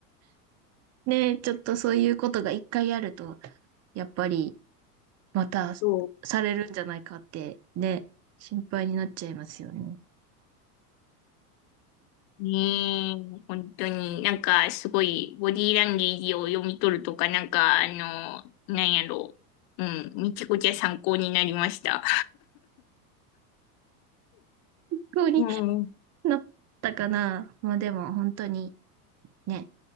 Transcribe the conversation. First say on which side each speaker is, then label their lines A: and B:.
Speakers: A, on the right; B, on the left.
A: で、ちょっとそういうことが一回あると、やっぱりまた
B: そう
A: されるんじゃないかってね、心配になっちゃいますよね。
B: ねえ、本当になんかすごいボディーランゲージを読み取るとか、なんかあの、なんやろう。うん、めちゃくちゃ参考になりました。
A: 不うに
B: うん、うん
A: なったかなまあでも本当にね、